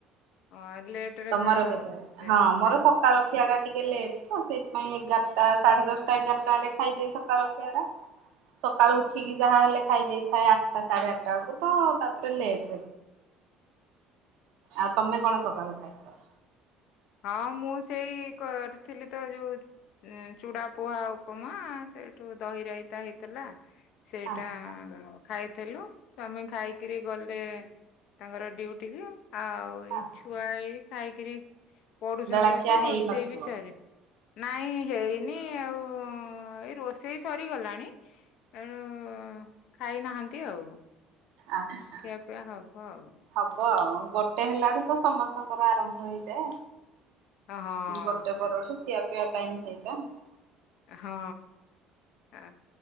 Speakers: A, on the left; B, on the right.
A: ହଁ ଲେଟ ରେ
B: ତମର
A: ଖାଅ
B: କେତେ ହଁ ମୋର ସ ସକାଳ ଖିଆ ଟା ଟିକେ ଲେଟ୍ ତ ସେଇଥିପାଇଁ ଏଗାରଟା ସାଢ଼େ ଦଶଟା ଏଗାରଟା ବେଳେ ଖାଇଦେବି ସକାଳଖିଆଟା।
A: ହ
B: ସକାଳୁ ଉଠିକି ଯାହା ହେଲେ ଖାଇ ଦେଇଥାଏ ଆଠଟା ସାଢ଼େ ଆଠଟା ବେଳକୁ ତ ତାପରେ ଲେଟ୍। ଆଉ ତମେ କଣ ସକାଳୁ ଖାଇଛ?
A: ହଁ ମୁଁ ସେଇ କରିଥିଲି ତ ଯୋଉ ଚୂଡା ପୁହା ଉପମା ସେଇଠୁ ଦହିରାଇତା ହେଇଥିଲା। ସେଇଟା
B: ଆଚ୍ଛା
A: ଖାଇଥିଲୁ, ସ୍ୱାମୀ ଖାଇକିନି ଗଲେ ତାଙ୍କର ଡ୍ୟୁଟିକି ଆ ଏଇ
B: ଆଚ୍ଛା
A: ଛୁଆ ଖାଇକିରି ପଢୁଛନ୍ତି
B: ବେଳାଖିଆ
A: ବସିକ
B: ହେଇନଥିବ।
A: ରୋଷେଇ ବି ସରିନି। ନାଇଁ ହେଇନି ଆଉ ଏଇ ରୋଷେଇ ସରିଗଲାଣି ଏଣୁ ଖାଇନାହାନ୍ତି ଆଉ
B: ଆଚ୍ଛା
A: ଖିଆପିଆ ହବ ଆଉ।
B: ହବ ଆଉ ଗୋଟେ ହେଲାଠୁ ତ ସମସ୍ତଙ୍କର ଆରମ୍ଭ ହେଇଯାଏ।
A: ଓ ହଁ
B: ଗୋଟେ
A: ସେ
B: <unintelligible>
A: ହଁ ଆ